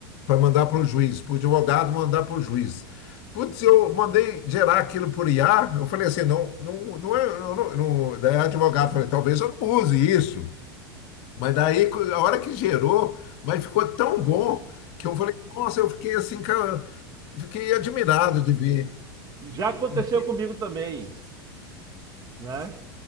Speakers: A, on the left; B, on the right.
A: para mandar para o juiz, para o advogado mandar para o juiz. Putz, eu mandei gerar aquilo por IA, eu falei assim, não, não, não é, não, não, não- daí o advogado falou, talvez eu não use isso. Mas daí, co- a hora que gerou, mas ficou tão bom que eu falei, nossa, eu fiquei assim, cara, fiquei admirado de ver.
B: Já aconteceu
A: E- e-
B: comigo também, né?